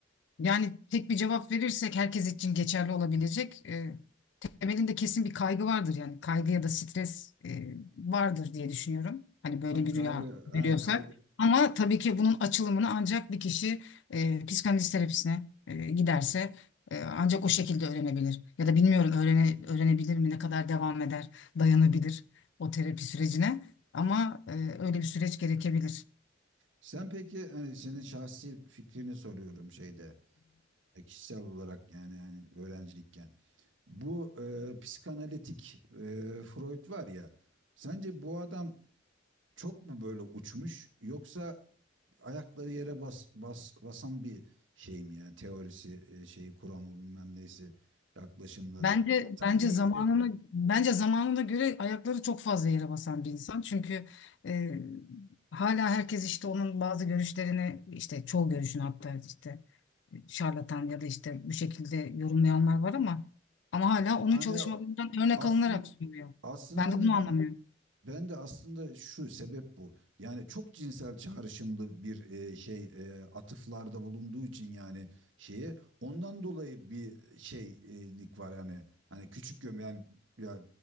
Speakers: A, on the left; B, on the right.
A: Yani tek bir cevap verirsek herkes için geçerli olabilecek. E, temelinde kesin bir kaygı vardır yani kaygı ya da stres e, vardır diye düşünüyorum. Hani böyle
B: Tabii
A: bir
B: kaygı,
A: rüya görüyorsak.
B: he, kaygı
A: Ama tabii ki bunun açılımını ancak bir kişi e, psikanaliz terapisine e, giderse e, ancak o şekilde öğrenebilir. Ya da bilmiyorum öğrene, öğrenebilir mi, ne kadar devam eder, dayanabilir o terapi sürecine. Ama e, öyle bir süreç gerekebilir.
B: Sen peki hani senin şahsi fikrini soruyorum şeyde e, kişisel olarak yani yani öğrencilikken. Bu e, psikanalitik e, Freud var ya sence bu adam çok mu böyle uçmuş yoksa ayakları yere bas, bas basan bir şey mi yani teorisi e, şeyi kuramı bilmem neyse yaklaşımları.
A: Bence
B: Sen
A: bence
B: ne
A: zamanına
B: hissettin?
A: bence zamanına göre ayakları çok fazla yere basan bir insan. Çünkü e, hala herkes işte onun bazı görüşlerini işte çoğu görüşünü hatta işte e, şarlatan ya da işte bu şekilde yorumlayanlar var ama ama hala onun
B: Yani
A: çalışmalarından örnek
B: aslında
A: alınarak sunuluyor.
B: aslında
A: Ben de
B: neden
A: bunu anlamıyorum.
B: Ben de aslında şu sebep bu. Yani çok cinsel çağrışımlı bir e, şey e, atıflarda bulunduğu için yani şeye ondan dolayı bir şeylik var yani hani küçük göm yani ya